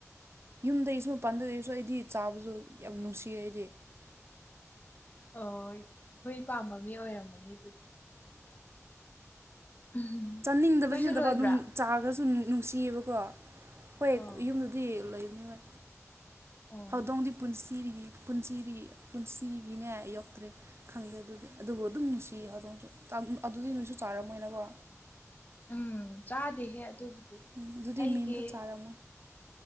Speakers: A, on the right; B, on the left.
A: ꯌꯨꯝꯗꯒꯤ ꯁꯨꯝ ꯄꯥꯟꯗꯣꯛꯏꯔꯁꯨ ꯑꯩꯗꯤ ꯆꯥꯕꯁꯨ ꯌꯥꯝ ꯅꯨꯡꯁꯤꯌꯦ ꯑꯩꯗꯤ
B: ꯑꯣ ꯍꯨꯏ ꯄꯥꯝꯕ ꯃꯤ ꯑꯣꯏꯔꯝꯕꯅꯤ ꯑꯗꯨꯗꯤ ꯎꯝ
A: ꯆꯥꯅꯤꯡꯗꯕꯁꯤ
B: ꯍꯨꯏꯁꯨ
A: ꯅꯠꯇꯕ
B: ꯂꯣꯏꯕ꯭ꯔꯥ
A: ꯑꯗꯨꯝ ꯆꯥꯈ꯭ꯔꯁꯨ ꯅꯨꯡꯁꯤꯌꯦꯕꯀꯣ ꯍꯣꯏ
B: ꯑꯣ
A: ꯌꯨꯝꯗꯨꯗꯤ ꯂꯩꯕꯅꯤ ꯍꯣꯏ
B: ꯑꯣ
A: ꯎꯗꯣꯡꯒꯤ ꯄꯨꯟꯁꯤ ꯄꯨꯟꯁꯤꯗꯒꯤ ꯄꯨꯟꯁꯤꯗꯒꯤ ꯄꯨꯟꯁꯤꯒꯤꯅꯦ ꯌꯧꯛꯇ꯭ꯔꯦ ꯈꯪꯗꯦ ꯑꯗꯨꯗꯤ ꯑꯗꯨꯕꯨ ꯑꯗꯨꯝ ꯅꯨꯡꯁꯤꯌꯦ ꯍꯧꯖꯤꯛ ꯍꯧꯖꯤꯛ ꯑꯗꯨꯗꯤ ꯅꯣꯏꯁꯨ ꯆꯥꯔꯝꯃꯣꯏꯅꯀꯣ
B: ꯎꯝ ꯆꯥꯗꯦꯍꯦ ꯑꯗꯨꯕꯨꯗꯤ
A: ꯎꯝ ꯑꯗꯨꯗꯤ
B: ꯑꯩꯒꯤ
A: ꯃꯤ ꯑꯝꯇ ꯆꯥꯔꯝꯃꯣꯏ